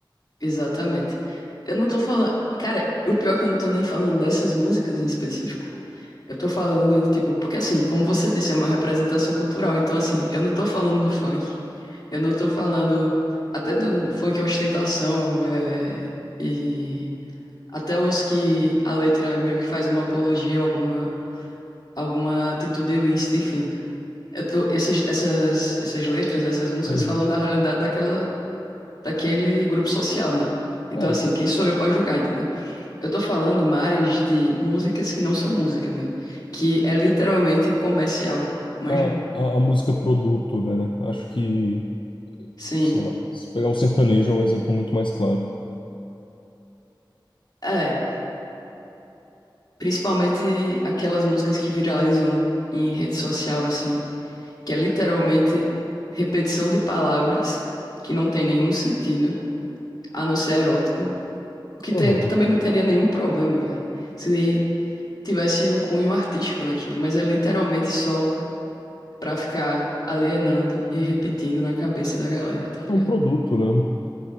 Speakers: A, on the left; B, on the left.
A: Exatamente. Eu não tô falando. Cara, o pior é que eu não tô nem falando dessas músicas em específico. Eu tô falando de tipo, porque assim, como você disse, é uma representação cultural. Então, assim, eu não tô falando do funk. Eu não tô falando até do funk ostentação, é, e até os que a letra meio que faz uma apologia, alguma, alguma atitude ilícita, enfim. Eu tô, essas, essas, essas letras, essas músicas
B: Aham.
A: falam da realidade daquela, daquele grupo social, né? Então,
B: É,
A: assim, quem sou eu pra julgar, entendeu? Eu tô falando mais de músicas que não são música, velho. Que é literalmente comercial. Mas,
B: a, a, a música produto, né? Acho que
A: sim.
B: sei lá, se pegar o sertanejo é um exemplo muito mais claro.
A: É. Principalmente aquelas músicas que viralizam no- em rede social, assim. Que é literalmente repetição de palavras que não tem nenhum sentido, a não ser erótico. O que tem-
B: Aham.
A: também não teria nenhum problema, velho. Se tivesse um cunho artístico naquilo. Mas é literalmente só pra ficar alienando e repetindo na cabeça da galera, tá ligado?
B: É um produto, né?